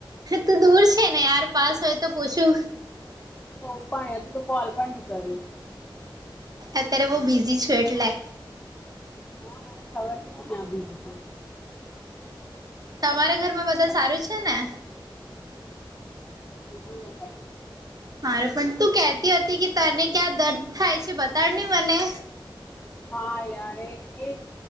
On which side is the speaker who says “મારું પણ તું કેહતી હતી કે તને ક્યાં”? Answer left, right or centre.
Right